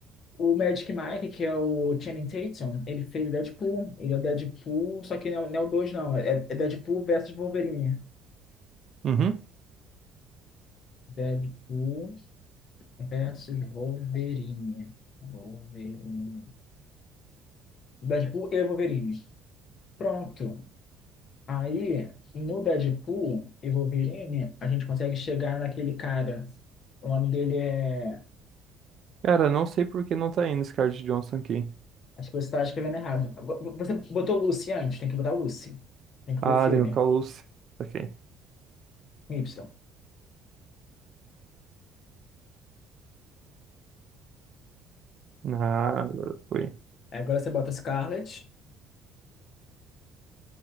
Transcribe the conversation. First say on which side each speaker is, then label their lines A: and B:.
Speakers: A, on the left; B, on the right.
A: O Magic Mike, que é o Channing Tatum, ele fez Deadpool. Ele é o Deadpool, só que não é o não é o 2, não. É, é Deadpool versus Wolverine.
B: Uhum.
A: Deadpool versus Wolverine. Wolverine. Deadpool e Wolverine. Pronto. Aí, no Deadpool e Wolverine, a gente consegue chegar naquele cara. O nome dele é.
B: Cara, não sei por que não tá indo Scarlett Johnson aqui.
A: Acho que você está escrevendo errado. Vo- vo- Você botou Lucy antes, tem que botar Lucy. Tem que
B: Ah,
A: pôr o filme.
B: tem o Calus. Saquei.
A: com Y.
B: Ah, agora foi.
A: Agora você bota Scarlet